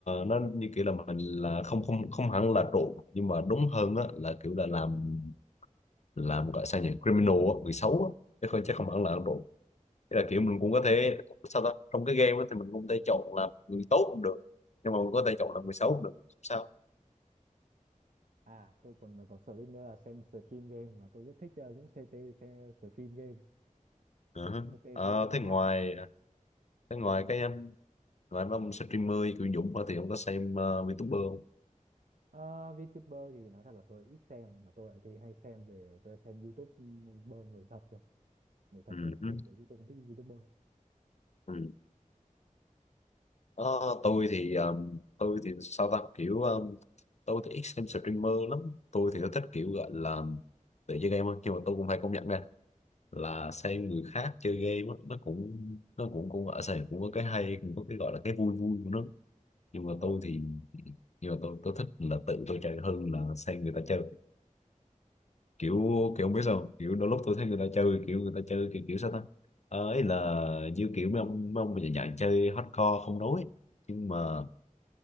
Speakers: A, on the left; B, on the right.
A: nó như kiểu là mình là không không không hẳn là trộn nhưng mà đúng hơn á là kiểu là làm làm gọi sao nhỉ criminal á, người xấu á. chứ không chứ không hẳn là ác độ Thế là kiểu mình cũng có thể sao ta trong cái game á thì mình cũng có thể chọn làm người tốt cũng được nhưng mà mình có thể chọn làm người xấu cũng được sao
B: à tôi còn có sở thích nữa là xem stream game mà tôi rất thích ờ, Dũng CT xem stream game
A: Ờ
B: CT
A: Ờ,
B: công nhận
A: thế ngoài
B: hài
A: thế
B: ông
A: ngoài
B: ấy
A: cái um, ngoài mấy ông streamer kiểu Dũng ra thì ông có xem uh, VTuber không
B: Ờ, VTuber thì nói thật là tôi ít xem mà tôi lại thì hay xem về tôi xem YouTuber người thật rồi người thật
A: ừ,
B: tôi lại
A: hứ,
B: xem về chứ tôi không thích YouTuber
A: ừ. Ờ, tôi thì um, tôi thì sao ta kiểu um, tôi thì ít xem streamer lắm tôi thì tôi thích kiểu gọi là tự chơi game hơn nhưng mà tôi cũng phải công nhận nha là xem người khác chơi game á, nó cũng nó cũng cũng ở sài cũng có cái hay cũng có cái gọi là cái vui vui của nó nhưng
B: ờ
A: mà
B: hả
A: tôi thì nhưng mà tôi tôi thích là tự tôi chơi hơn là xem người ta chơi
B: ừ
A: kiểu kiểu không biết sao không? kiểu đôi lúc tôi thấy người ta chơi kiểu người ta chơi kiểu kiểu sao ta Ờ, ấy là như kiểu mấy ông mấy ông mà dạng dạng chơi hardcore không nói nhưng mà